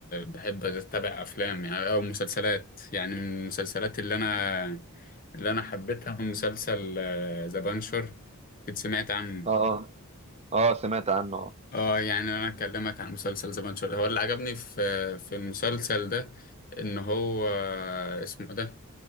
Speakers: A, on the left; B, on the right.
A: بحب اتابع افلام يعني او مسلسلات يعني من المسلسلات اللي انا اللي انا حبيتها مسلسل ذا بانشر كنت سمعت عنه
B: اه اه سمعت عنه اه
A: اه يعني انا اكلمك عن مسلسل ذا بانشر هو اللي عجبني في في المسلسل ده ان هو آه، اسمه إيه ده